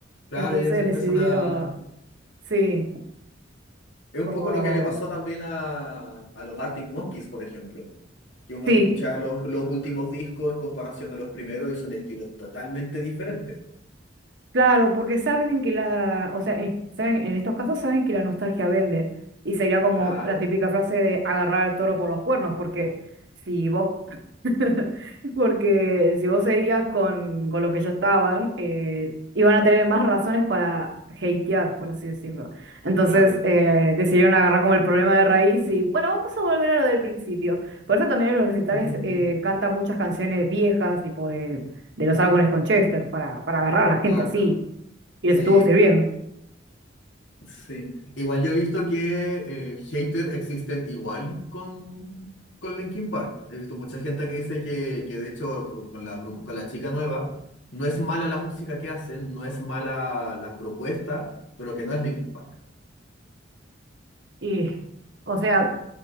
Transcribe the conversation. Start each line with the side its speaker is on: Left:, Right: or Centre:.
Left: claro,
Right: Entonces
Left: ellos empiezan
Right: decidieron,
Left: a...
Right: sí,
Left: Es un
Right: como...
Left: poco lo que le pasó también a, a los Arctic Monkeys, por ejemplo, que uno
Right: sí
Left: escucha los, los últimos discos en comparación a los primeros y son estilos totalmente diferentes.
Right: Claro, porque saben que la, o sea, eh, saben, en estos casos saben que la nostalgia vende. Y sería como
Left: Claro,
Right: la típica frase de agarrar al toro por los cuernos, porque si vos, <laughs> porque si vos seguías con, con lo que ya estaban, eh, iban a tener más razones para hatear, por así decirlo. Entonces,
Left: claro.
Right: eh, decidieron agarrar como el problema de raíz y, bueno, vamos a volver a lo del principio. Por eso también en los recitales
Left: <laughs>
Right: eh, canta muchas canciones viejas, tipo de de los álbumes con Chester para, para agarrar a la gente
Left: Ah,
Right: así
Left: claro.
Right: y
Left: Sí,
Right: les estuvo sirviendo.
Left: po, sí. Igual yo he visto que eh, haters existen igual con, con Linkin Park. He visto mucha gente que dice que, que de hecho co- con la, grupo- con la chica nueva no es mala la música que hacen, no es mala la propuesta, pero que no es Linkin Park.
Right: Y, o sea,